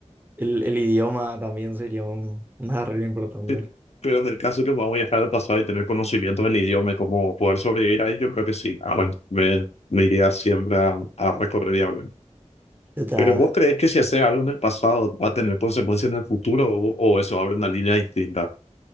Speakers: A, on the right; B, on the left.
A: el, el idioma también sería un, un arreglo importante.
B: Pero, pero en el caso que vamos a viajar al pasado y tener conocimientos del idioma y cómo poder sobrevivir ahí, yo creo que sí. Ah, bueno, me, me iría siempre a, a recorrer y hablar.
A: Ya.
B: Pero ¿vos crees que si haces algo en el pasado va a tener consecuencias en el futuro o, o eso abre una línea distinta?